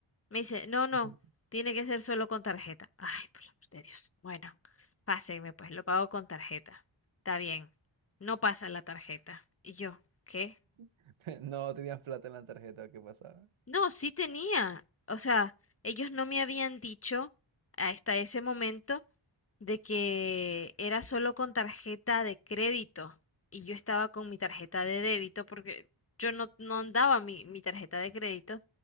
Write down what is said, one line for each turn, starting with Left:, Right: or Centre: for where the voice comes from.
Left: Me dice, no, no,
Right: Ujú.
Left: tiene que ser solo con tarjeta. Ay, por el amor de Dios. Bueno, pásenme pues, lo pago con tarjeta. Está bien, no pasa la tarjeta. Y yo, ¿qué?
Right: <laughs> No tenías plata en la tarjeta, ¿qué pasaba?
Left: No, sí tenía. O sea, ellos no me habían dicho hasta ese momento de que era solo con tarjeta de crédito y yo estaba con mi tarjeta de débito porque yo no, no andaba mi, mi tarjeta de crédito,